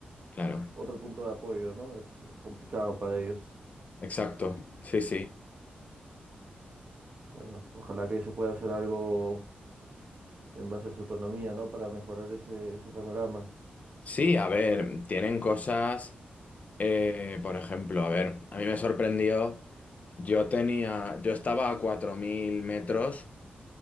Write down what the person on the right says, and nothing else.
otro punto de apoyo, ¿no? Es, es complicado para ellos.
Bueno, ojalá que ahí se pueda hacer algo en base a su economía, ¿no? Para mejorar ese, ese panorama.